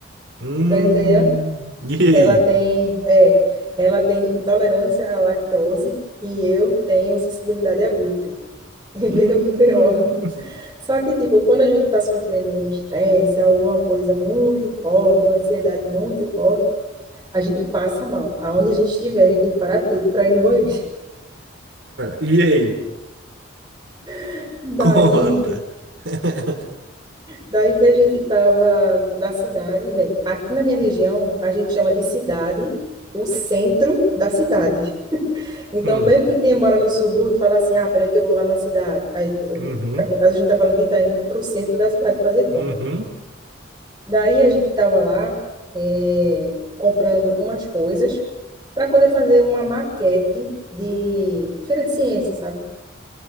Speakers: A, on the right; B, on the right.
A: Hum.
B: tá entendendo?
A: E aí?
B: Ela tem, é, ela tem intolerância à lactose e eu tenho sensibilidade a glúten. <laughs> E
A: Hum.
B: veio Meu B.O.
A: <laughs>
B: Só que, tipo, quando a gente tá sofrendo um estresse, alguma coisa muito forte, uma ansiedade muito forte, a gente passa mal. Aonde a gente estiver, a gente tem que parar tudo para ir no banheiro.
A: E aí?
B: <laughs> Daí,
A: Conta. <laughs>
B: Daí que a gente estava na cidade, bem, aqui na minha região a gente chama de cidade o centro da cidade. Então,
A: Hum.
B: meio que quem mora no subúrbio fala assim: ah, peraí que eu vou lá na cidade. Aí, eh,
A: Uhum.
B: ca- no caso, a gente está falando que está indo para o centro da cidade fazer compra.
A: Uhum.
B: Daí a gente estava lá eh, comprando umas coisas para poder fazer uma maquete de feira de ciências, sabe?